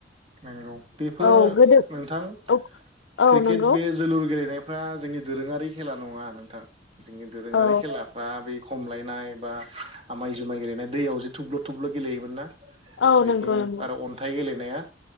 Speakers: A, on the right (about 30°); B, on the left (about 80°).
A: नंगौ बेफोर
B: औ गोदो
A: नोंथां
B: औ औ
A: क्रिकेट
B: नंगौ
A: बे जोलुर गेलेनाय फ्रा जोंनि दोरोङारि खेला नङा नोंथां बिदिनो दोरोङारि
B: औ
A: खेलाफ्रा बे खमलायनाय बा आमाय जुमाय गेलेनाय दैयाव जे थब्ल थब्ल गेलेयोमोन ना।
B: औ
A: बेफोरो
B: नंगौ नंगौ
A: आरो अन्थाइ गेले नाया